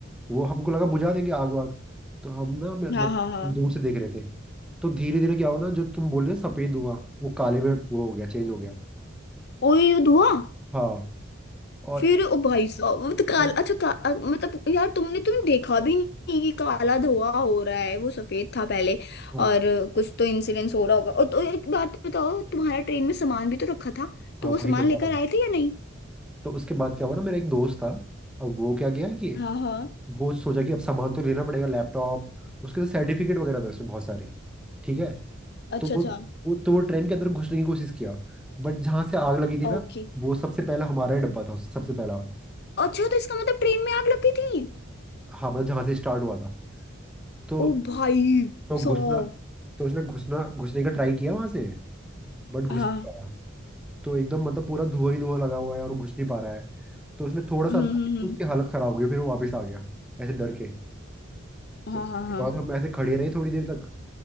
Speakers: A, in the centre; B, on the left.
A: वो हमको लगा बुझा देंगे आग वाग तो हम ना मैं-
B: हाँ
A: मतलब
B: हाँ हाँ
A: दूर से देख रहे थे तो धीरे धीरे क्या हुआ ना जो तुम बोल रहे हो, सफेद हुआ वो काले में वो हो गया चेंज हो गया
B: ओए धुआ
A: हाँ और
B: फिर ओ भाई साहब वो तो काला
A: अब
B: अच्छा का, अ, मतलब यार तुमने तुमने देखा भी नहीं कि काला धुआं हो रहा है वो सफेद था पहले
A: हाँ
B: और अ, कुछ तो इंसिडेंस हो रहा होगा और तो एक बात बताओ तुम्हारा ट्रेन में सामान भी तो रखा था
A: हाँ
B: तो वो
A: वही
B: सामान
A: बता
B: लेकर
A: रहा हूँ
B: आए थे या नहीं
A: तो उसके बाद क्या हुआ ना मेरा एक दोस्त था अब वो क्या किया कि
B: हाँ हाँ
A: वो सोचा कि अब सामान तो लेना पड़ेगा लैपटॉप उसके तो सर्टिफिकेट वगैरह था उसमें बहुत सारे ठीक है
B: अच्छा
A: तो वो
B: अच्छा
A: वो तो वो ट्रेन के अंदर घुसने की कोशिश किया बट जहाँ से आग लगी थी ना
B: ओके
A: वो सबसे पहला हमारा ही डब्बा था सबसे पहला वाला
B: अच्छा तो इसका मतलब ट्रेन में आग लगी थी
A: हाँ मतलब जहाँ से स्टार्ट हुआ था तो
B: ओ भाई
A: तो घुसना
B: साहब
A: तो उसने घुसना घुसने का ट्राई किया वहाँ से बट घुस
B: हाँ
A: नहीं पाया तो एकदम मतलब पूरा धुआं ही धुआं लगा हुआ है और वो घुस नहीं पा रहा है तो उसने थोड़ा सा
B: हम्म
A: अंदर
B: हम्म
A: देखा,
B: हम्म,
A: उसकी हालत खराब हो गई फिर वो वापस आ गया ऐसे डर के
B: हाँ
A: तो उसके
B: हाँ हाँ
A: बाद हम ऐसे खड़े रहे थोड़ी देर तक